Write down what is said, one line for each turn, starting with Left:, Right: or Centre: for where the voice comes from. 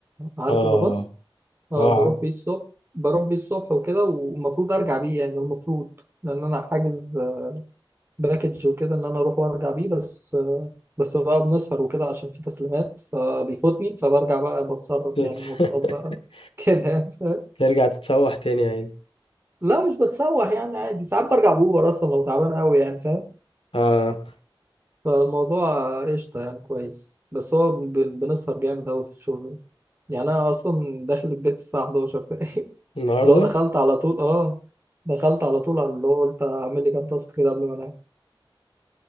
Right: عارف
Left: اه
Right: اوبر باص اه
Left: اه
Right: بروح
Left: عب-
Right: بيه الصبح بروح بيه الصبح وكده والمفروض ارجع بيه يعني المفروض لان انا حاجز باكج وكده ان انا اروح وارجع بيه بس بس بقى بنسهر وكده عشان في تسليمات فبيفوتني فبرجع بقى بتصرف
Left: <laughs>
Right: يعني مواصلات بقى <laughs> كده يعني فاهم؟
Left: ترجع تتسوح تاني يعني
Right: لا مش بتسوح يعني عادي ساعات برجع بأوبر اصلا لو تعبان قوي يعني فاهم
Left: اه
Right: فالموضوع قشطه يعني كويس بس هو بن- بنسهر جامد قوي في الشغل ده. يعني انا اصلا داخل البيت الساعه 11 <laughs>
Left: النهارده
Right: اللي هو دخلت على طول اه دخلت على طول على اللي هو قلت اعمل لي كام تاسك كده قبل ما انام